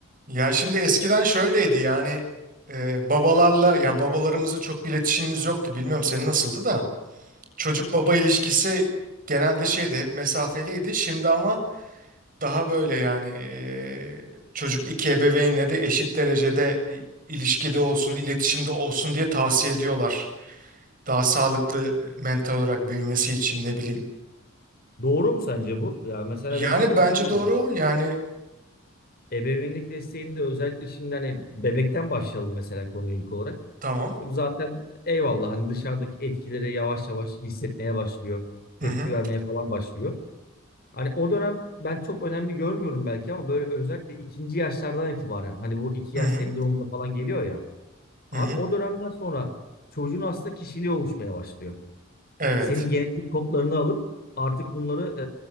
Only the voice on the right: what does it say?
Ya şimdi eskiden şöyleydi yani e, babalarla yani babalarımızla çok bir iletişimimiz yoktu. Bilmiyorum senin nasıldı da çocuk baba ilişkisi genelde şeydi hep mesafeliydi. Şimdi ama daha böyle yani e, çocuk iki ebeveynle de eşit derecede i- ilişkide olsun, iletişimde olsun diye tavsiye ediyorlar. Daha sağlıklı mental olarak büyümesi için ne bileyim.
Yani
bence
doğru yani
tamam.
Hı
hı
hı
hı
hı.
hı.
Evet.